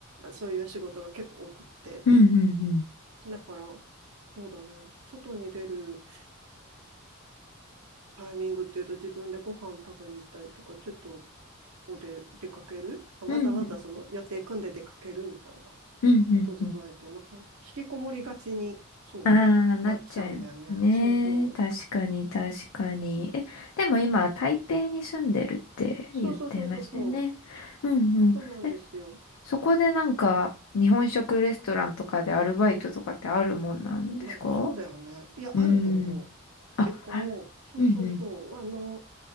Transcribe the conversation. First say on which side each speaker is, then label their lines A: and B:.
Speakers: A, on the right (about 80°); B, on the left (about 75°).
A: そういう仕事が結構多くって。
B: うんうんうん
A: だから、そうだね、外に出るタイミングっていうと、自分でご飯食べに行ったりとか、ちょっとお出、出かける、わざわざその予定組んで出かけるみたいな
B: うんうんうん
A: ことじゃないと、なんか、引きこもりがちに、そう、
B: ああ、なっちゃいね。
A: なっちゃうんだよね。そうそう。
B: 確かに、確かに。え、でも今、台北に住んでるって言ってましたよね。
A: そうそうそうそうそう。
B: うんうん。
A: そうなんですよ。
B: え、そこでなんか、日本食レストランとかでアルバイトとかってあるもんなんですか
A: いや、そうだよね。いや、
B: うーん。
A: あると思う。
B: あ、
A: 結構、
B: ある。
A: そうそうそう。
B: うんうん。
A: あの、